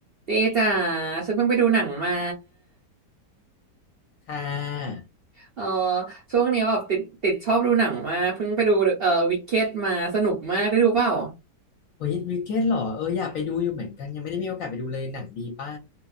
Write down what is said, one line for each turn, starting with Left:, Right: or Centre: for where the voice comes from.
Right: เจ๊จ๋าฉันเพิ่งไปดูหนังมา
Left: ค่ะ
Right: เออช่วงนี้แบบติดติดชอบดูหนังมากเพิ่งไปดูเอ่อวิกเก็ตมาสนุกมากได้ดูเปล่า
Left: โอ้ยวิกเก็ตหรอเอออยากไปดูอยู่เหมือนกันยังไม่ได้มีโอกาสไปดูเลยหนังดีป่ะ